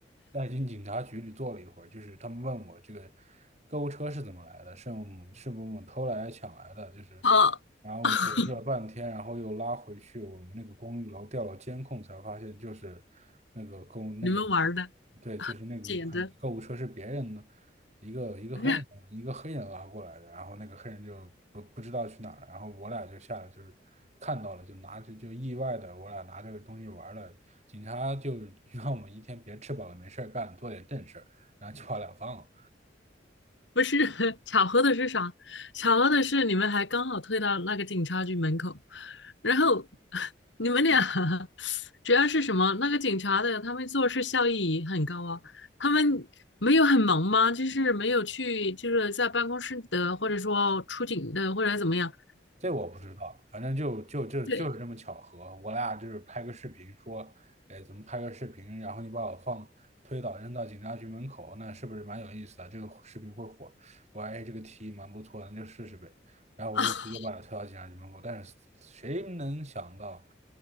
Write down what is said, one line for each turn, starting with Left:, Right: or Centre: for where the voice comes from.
Right: 带进警察局里坐了一会儿。就是他们问我这个购物车是怎么来的，是我们是不是我们偷来抢来的，就是
Left: 啊，
Right: 然后解释了半天，
Left: <laughs>
Right: 然后又拉回去我们那个公寓楼调了监控，才发现就是那个公那个
Left: 你们玩儿的
Right: 对，就是那个嗯购物车是别人的。
Left: 捡的，
Right: 一个一个黑人一个黑人拉过来的，
Left: 不是？
Right: 然后那个黑人就不不知道去哪儿，然后我俩就下来就是看到了，就拿着就意外的我俩拿这个东西玩了，警察就 <laughs> 让我们一天别吃饱了没事儿干，做点正事儿，然后就把我俩放了。
Left: 不是 <laughs> 巧合的是啥？巧合的是你们还刚好退到那个警察局门口，然后 <laughs> 你们俩 <laughs> 主要是什么？那个警察的他们做事效益很高啊，他们没有很忙吗？就是没有去，就是在办公室的，或者说出警的，或者怎么样？
Right: 这我不知道，反正就就就就是这么巧合，
Left: 对
Right: 我俩就是拍个视频说，哎，怎么拍个视频，然后你把我放推倒扔到警察局门口，那是不是蛮有意思的？这个视频会火，我说哎，这个提议蛮不错的，那就试试呗。然后我就直接把他推到警察局门口，
Left: 啊，
Right: 但是谁能想到，